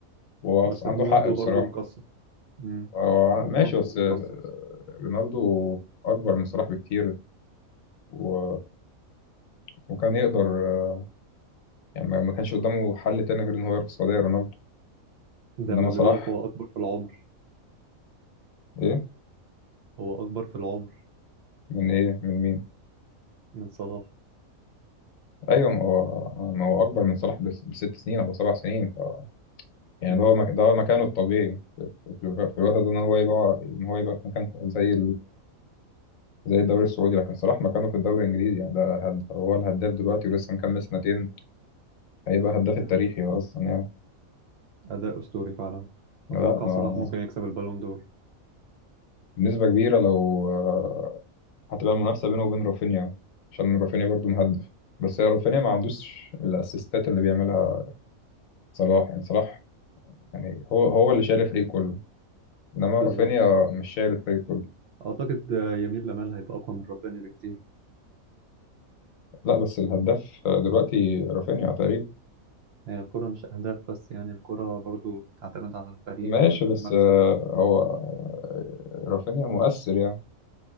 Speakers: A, on the left (about 70°); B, on the right (about 60°).
A: وهو
B: بس
A: عنده
B: رونالدو
A: حق بصراحه
B: برضه مكسر مم.
A: آه،
B: رونالدو
A: ماشي بس آه،
B: مكسر
A: رونالدو اكبر من صلاح بكتير و... وكان يقدر آه، يعني ما ما كانش قدامه حل تاني غير ان هو يروح السعوديه رونالدو
B: زي
A: انما
B: ما بيقول
A: صلاح
B: لك هو أكبر في العمر
A: ايه
B: هو أكبر في العمر
A: من ايه من مين
B: من صلاح
A: ايوه ما هو ما هو اكبر من صلاح بس- بست سنين او سبع سنين ف... يعني
B: مم.
A: ده هو مك... ده هو مكانه الطبيعي في الوقت ده ان هو يبقى ان هو يبقى في مكان زي زي الدوري السعودي لكن صلاح مكانه في الدوري الانجليزي يعني ده هد... هو الهداف دلوقتي ولسه مكمل سنتين هيبقى هداف
B: مم.
A: التاريخي اصلا يعني
B: أداء أسطوري فعلا
A: لا
B: أتوقع
A: آه،
B: صلاح ممكن يكسب البالون دور
A: بنسبة كبيرة لو آه، هتبقى المنافسة بينه وبين رافينيا عشان رافينيا برضو مهدف بس هي رافينيا ما عندوش الاسيستات اللي بيعملها صلاح يعني صلاح يعني هو هو اللي شايل الفريق كله انما
B: بالظبط
A: رافينيا مش شايل الفريق كله
B: أعتقد آه، يمين لمال هيبقى أقوى من رافينيا بكتير
A: لا بس الهداف آه، دلوقتي رافينيا تقريبا
B: هي الكرة مش أهداف بس يعني الكرة برضو تعتمد على الفريق
A: ماشي
B: والمكسب
A: بس آه، هو آه، رافينيا مؤثر يعني